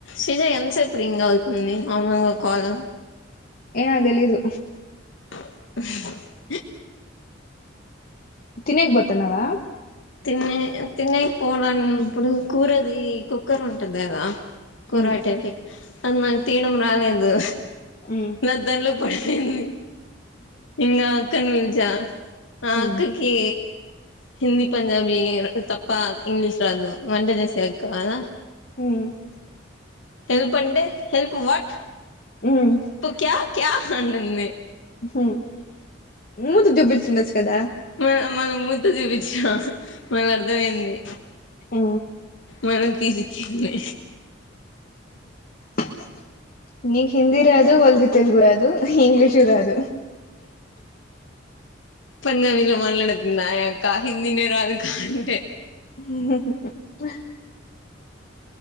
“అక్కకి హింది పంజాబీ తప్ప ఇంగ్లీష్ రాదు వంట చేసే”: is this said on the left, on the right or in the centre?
Left